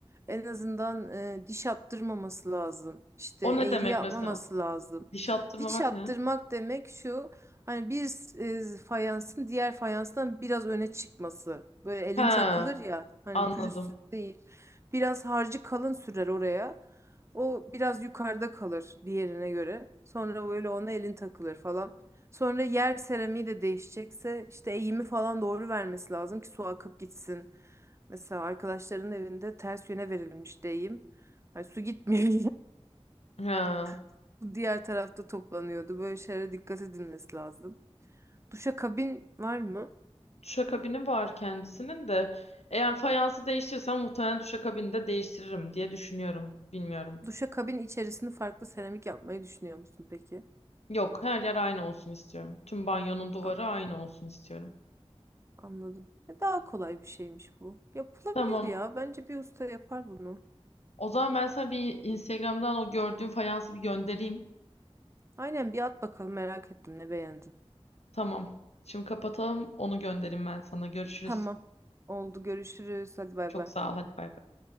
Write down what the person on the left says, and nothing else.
O
ne demek
mesela?
Diş attırmamak
ne?
Ha
anladım.
He.
Duşakabini var kendisinin de. Eğer fayansı değiştirsem muhtemelen duşakabini de değiştiririm diye düşünüyorum. Bilmiyorum.
Yok, her yer aynı olsun istiyorum. Tüm banyonun duvarı
aynı olsun istiyorum.
Tamam.
O zaman ben sana bir Instagram'dan o gördüğüm fayansı bir göndereyim.
Tamam. Şimdi kapatalım. Onu göndereyim ben sana. Görüşürüz.
Çok
sağ ol. Hadi bay bay.